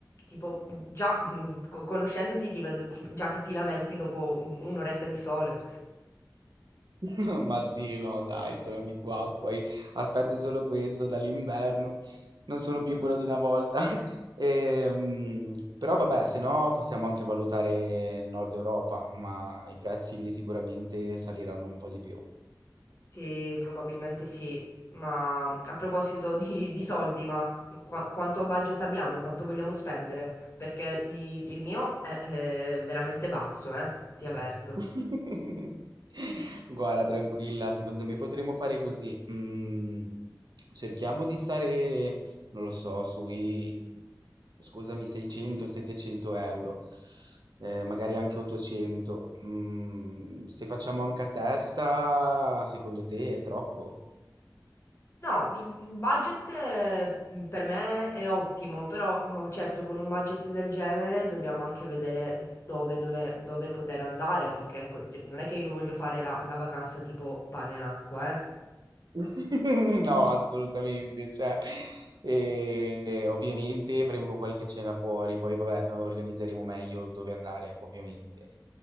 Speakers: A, on the left; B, on the right.
A: Tipo, già mm, co- conoscendoti ti vedo <laughs> già che ti lamenti dopo un- un'oretta di sole.
B: <laughs> Ma sì, no, dai, sono abituato, poi aspetto solo questo dall'inverno, non sono più quello di una volta. <laughs> Ehm, però vabbè, se no possiamo anche valutare il Nord Europa, ma i prezzi lì sicuramente saliranno un po' di più.
A: Sì, probabilmente sì. Ma a proposito di, di soldi, ma qua- quanto budget abbiamo? Quanto vogliamo spendere? Perché i- il mio è, è veramente basso, eh? Ti avverto.
B: <laughs> Guarda, tranquilla, secondo me potremmo fare così. Mm, cerchiamo di stare, non lo so, sui, scusami, 600-700 euro, eh, magari anche 800. Mm, se facciamo anche a testa, secondo te è troppo?
A: No, il il budget eh, per me è ottimo, però oh, certo con un budget del genere dobbiamo anche vedere dove, dover- dove poter andare, perché ecco, non è che io voglio fare la, la vacanza tipo pane e acqua, eh.
B: <laughs> No, assolutamente. Cioè, eh, ovviamente faremo qualche cena fuori, poi vabbè, organizzeremo meglio dove andare, ovviamente.